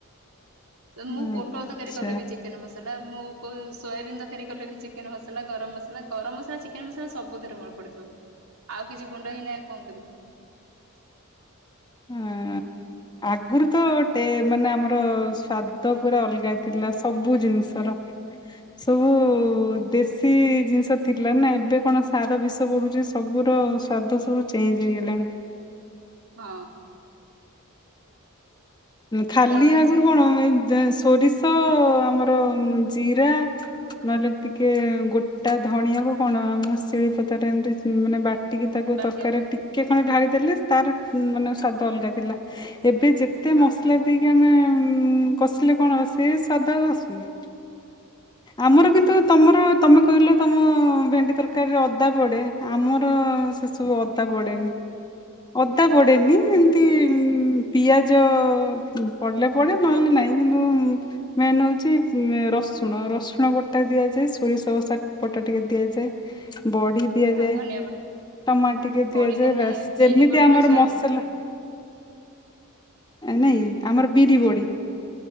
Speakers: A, on the right; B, on the left.
A: ତ ମୁଁ
B: ଆଚ୍ଛା
A: ପୋଟଳ ତରକାରୀ କଲେ ବି ଚିକେନ ମସଲା ମୁଁ କୋଉ ସୋୟାବିନ୍ ତରକାରୀ କଲେ ବି ଚିକେନ ମସଲା ଗରମ ମସ୍ <inaudible> ଗରମ ମସଲା ଚିକେନ ମସଲା ସବୁଥିରେ ମୋର ପଡିଥିବ ଆଉ କିଛି ଗୁଣ୍ଡ ହିଁ ନାଇଁ କଣ କରିବୁ। <unintelligible> <inaudible>
B: ହୁଁ ଆଗୁରୁ ତ ଗୋଟେ ମାନେ ଆମର ସ୍ଵାଦ ପୁରା ଅଲଗା ଥିଲା ସବୁ ଜିନିଷର।
A: ହ <inaudible>
B: ସବୁ ଦେଶ୍ ଶୀ ଜିନିଷ ଥିଲା ନା ଏବେ କଣ ସାର ବିଷ ପଡୁଛି ସବୁର ସ୍ଵାଦ ସବୁ ଚେଞ୍ଜ୍ ହେଇଗଲାଣି।
A: ହଁ।
B: ଖାଲି
A: ତ
B: ଆଗରୁ
A: ସେଇଠି
B: କଣ ସୋରିଷ ଆମର ଜିରା ନହେଲେ ଟିକେ ଗୋଟା ଧଣିଆକୁ କଣ ଆମ ଶିଳିପତାଟାରେ ଏମିତି ମାନେ ବା ଟିକେ ତାକୁ
A: ବାଟିବା
B: ତରକାରୀରେ
A: ପାଇଁ
B: ଟିକେ ଖଣ୍ଡେ ଢାଳି ଦେେଲେ ତାର ମାନେ ସ୍ଵାଦ ଅଲଗା ଥିଲା ଏବେ ଯେ ଯେତେ
A: ହଁ
B: ମସଲା ଦେଇକି ଆମେ କଷିଲେ କଣ ହେବ ସେ ସ୍ଵାଦ ଆଉ ଆସୁନି। ଆମର କିନ୍ତୁ ତମର ତମେ କହିଲ ତମ ଭେଣ୍ଡି ତରକାରୀରେ ଅଦା ପଡେ ଆମର ହଁ ସେ ସବୁ ଅଦା ପଡେନି। ଅଦା ପଡେନି ଏମତି ପିଆଜ ପଡିଲେ ପଡେ ନହେଲେ ନା ନାଇଁ କିନ୍ତୁ ମେନ୍ ହେଉଚି ରସ୍ ରୁଣ, ରସୁଣ ବଟା ଦିଆଯାଏ ସୋରିଷ ବସା ବଟା ଟିକେ ଦିଆଯାଏ। ବଡି ଦିଆଯାଏ।
A: ଆଉ ଧନିଆ ପତ୍ର
B: ଟମାଟ ଟିକେ
A: ବଡି
B: ଦିଆଯାଏ
A: ମାନେ
B: ବାସ୍
A: ବିରି
B: ଯେମିତି
A: ବଡି
B: ଆମର
A: ନା ସୋୟାବିନ୍
B: ମସଲା ନାଇଁ ଆମର ବିରି ବଡି